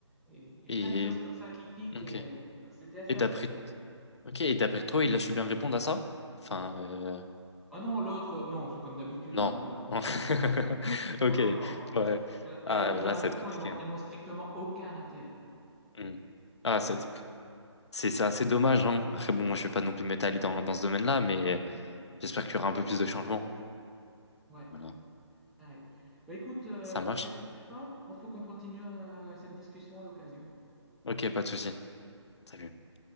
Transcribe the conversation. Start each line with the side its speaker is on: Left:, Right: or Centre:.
Centre: Et, et
Left: Et.
Centre: plein de choses comme ça qui piquent
Left: Ok.
Centre: et c'était assez
Left: Et d'après.
Centre: appréciable.
Left: Ok, et d'après toi, il a su bien répondre à ça? Enfin, euh,
Centre: Ah non, l'autre, euh, non, c'est comme d'habitude,
Left: non.
Centre: hein, une voile de maçon,
Left: <laughs>
Centre: hein.
Left: Ok,
Centre: Non, non, non.
Left: ouais. Ah,
Centre: Les réponses
Left: là,
Centre: de Macron,
Left: ça va être compliqué.
Centre: elles n'ont
Left: hein.
Centre: elles n'ont strictement aucun intérêt.
Left: Hmm. Ah, c'est c'est- c'est assez dommage, hein. Après, bon, je vais pas non plus m'étaler dans, dans ce domaine-là, mais j'espère qu'il y aura un peu plus de changements.
Centre: Ouais.
Left: Voilà.
Centre: Ah oui. Bah, écoute, euh,
Left: Ça marche?
Centre: c'était sympa. Il faut qu'on continue euh, cette discussion à l'occasion.
Left: Ok, pas de souci. Salut.